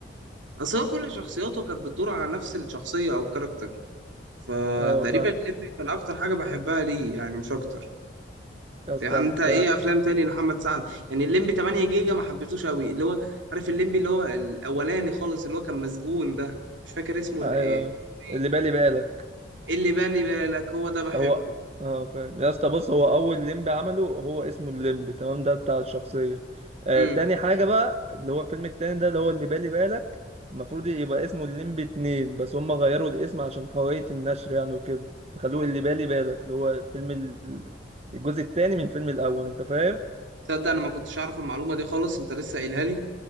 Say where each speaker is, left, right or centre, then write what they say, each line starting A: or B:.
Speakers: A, on the right; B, on the right.
A: اصل هو كل شخصياته كانت بتدور على نفس الشخصية او الكاركتر فتقريبا
B: ايوه فاهم
A: الليمبي كان اكتر حاجة بحبها ليه يعني مش اكتر
B: يا اسطى
A: يعني انت
B: انت
A: ايه افلام تاني لمحمد سعد يعني الليمبي 8 جيجا ما حبيتوش قوي اللي هو عارف الليمبي اللي هو الاولاني خالص اللي هو كان مسجون ده مش فاكر اسمه ال-
B: ايوه
A: ايه إيه
B: اللي بالي بالك
A: اللي بالي بالك هو ده بحبه
B: هو اه فاهم يا اسطى بص هو اول ليمب عمله هو اسمه الليمب تمام ده بتاع الشخصيه آه
A: امم
B: تاني حاجه بقى اللي هو الفيلم التاني ده اللي هو اللي بالي بالك المفروض يبقى اسمه الليمب اتنين بس هم غيروا الاسم عشان حريه النشر يعني وكده فخلوه اللي بالي بالك اللي هو فيلم ال- الجزء التاني من الفيلم الاول انت فاهم
A: تصدق انا ما كنتش عارف المعلومة دي خالص انت لسه قايلها لي